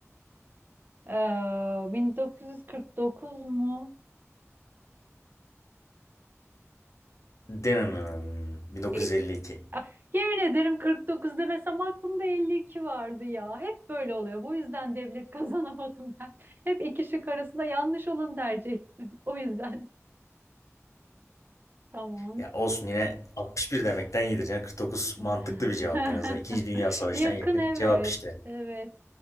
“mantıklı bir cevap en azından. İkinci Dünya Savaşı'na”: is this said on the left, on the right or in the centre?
Left